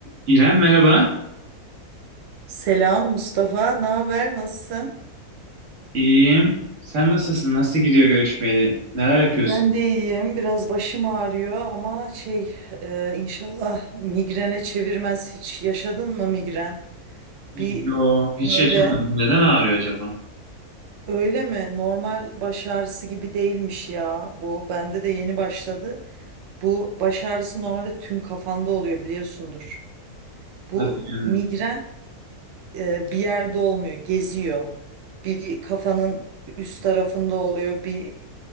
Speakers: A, on the right (about 55°); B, on the right (about 70°).
A: İrem merhaba.
B: Selam Mustafa, ne haber? Nasılsın?
A: İyiyim. Sen nasılsın? Nasıl gidiyor görüşmeli? Neler yapıyorsun?
B: Ben de iyiyim. Biraz başım ağrıyor ama şey e, inşallah migrene çevirmez. Hiç yaşadın mı migren?
A: Yo,
B: Bir
A: hiç
B: böyle
A: yaşamadım. Neden ağrıyor acaba?
B: öyle mi? Normal baş ağrısı gibi değilmiş ya bu. Bende de yeni başladı. Bu baş ağrısı normalde tüm kafanda oluyor biliyorsundur. Bu
A: Hadi canım.
B: migren e, bir yerde olmuyor, geziyor. Bir kafanın üst tarafında oluyor, bir